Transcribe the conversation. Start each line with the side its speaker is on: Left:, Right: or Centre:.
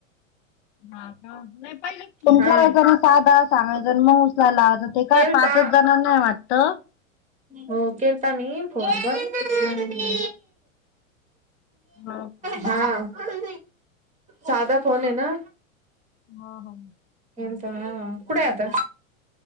Left: हा का? नहि पहिले <unintelligible> तुमकरायच
Right: हा
Left: ना साधा सांगायच <unintelligible> मस ला ला ते
Right: केलता
Left: काय पा ते <unintelligible> ना ना वाटत.
Right: हो केल्ता मी फोन पण, देना मम्मी.
Left: हो का
Right: हां, साधा फोन ये ना.
Left: हा हं.
Right: एन <unintelligible> तणा, कुडय आता?